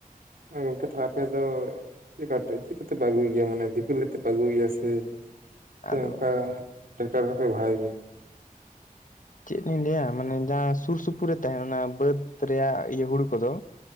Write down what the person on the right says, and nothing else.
ᱜᱚᱢᱠᱮ ᱛᱚᱦᱚᱞᱮ ᱟᱯᱮ ᱫᱚ ᱪᱮᱫ ᱠᱟᱛᱮ ᱪᱮᱫ ᱡᱚᱛᱮᱯᱮ ᱟᱹᱜᱩᱭ ᱜᱮᱭᱟ ᱢᱟᱱᱮ ᱫᱤᱯᱤᱞ ᱠᱟᱛᱮ ᱯᱮ ᱟᱹᱜᱩᱭ ᱜᱮᱭᱟ ᱥᱮ ᱥᱮ
ᱚᱱᱠᱟ ᱴᱮᱠᱴᱟᱨ ᱠᱚᱯᱮ ᱵᱷᱟᱲᱟᱭ ᱜᱮᱭᱟ᱾